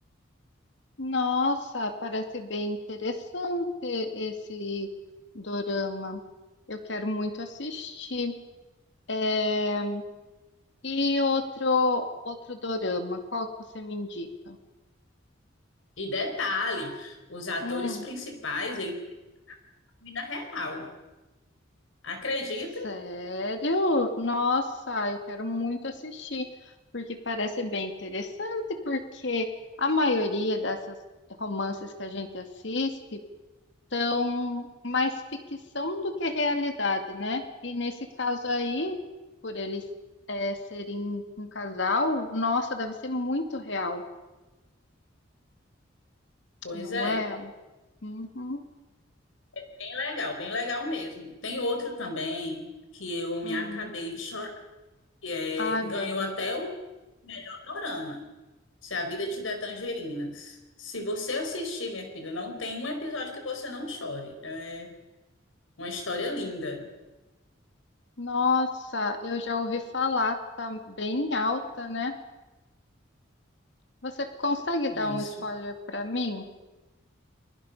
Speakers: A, on the left (about 60°); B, on the left (about 80°).
A: Nossa, parece bem interessante esse dorama. Eu quero muito assistir. É, E outro, outro dorama, qual que você me indica?
B: E detalhe, os atores
A: Hum,
B: principais, eles são vida real, acredita?
A: sério? Nossa, eu quero muito assistir, porque parece bem interessante, porque a maioria dessas romances que a gente assiste são mais ficção do que realidade, né? E nesse caso aí, por eles eh, serem um casal, nossa, deve ser muito real,
B: Pois
A: não
B: é,
A: é? Uhum,
B: é bem legal, bem legal mesmo. Tem outro também que eu me
A: hum.
B: acabei de chorar que é,
A: Ai, meu
B: ganhou
A: Deus.
B: até o melhor dorama. Se a vida te der tangerinas. Se você assistir, minha filha, não tem um episódio que você não chore. É uma história linda.
A: Nossa, eu já ouvi falar, tá bem alta, né? Você consegue
B: Isso.
A: dar um spoiler para mim?